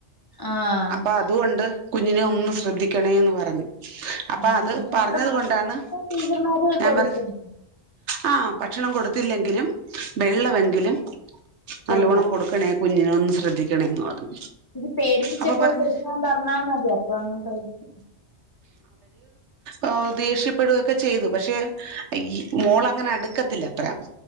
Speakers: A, on the left; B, on the right.
A: ആഹ്
B: അപ്പ അതുകൊണ്ട് കുഞ്ഞിനെ ഒന്ന് ശ്രദ്ധി ക്കണേന്ന് പറഞ്ഞു. അപ്പ
A: ടീച്ചറിനോട്
B: അത് പറഞ്ഞത്
A: പറഞ്ഞ്
B: കൊണ്ടാണ്
A: ടീച്ചർമാര്
B: ഞാൻ
A: കൊടുക്കും
B: പറ ആ ഭക്ഷണം കൊട് ത്തില്ലെങ്കിലും വെള്ളവെങ്കിലും
A: കൊടുക്കാം
B: നല്ലോണം കൊടുക്കണേ കുഞ്ഞിനെ ഒന്ന് ശ്രദ്ധിക്കണേന്ന് പറഞ്ഞു.
A: ഇത്തിരി പേടിപ്പിച്ച
B: അപ്പൊ
A: കോട്ടെടുക്കാൻ
B: പറഞ്ഞു
A: പറഞ്ഞാ മതി. അപ്പ അങ്ങ് കഴിക്കും.
B: ഓ ദേഷ്യപ്പെടുവൊക്കെ ചെയ്തു. പക്ഷേ ഈ മോളങ്ങനെ അടുക്കത്തില്ല അത്ര.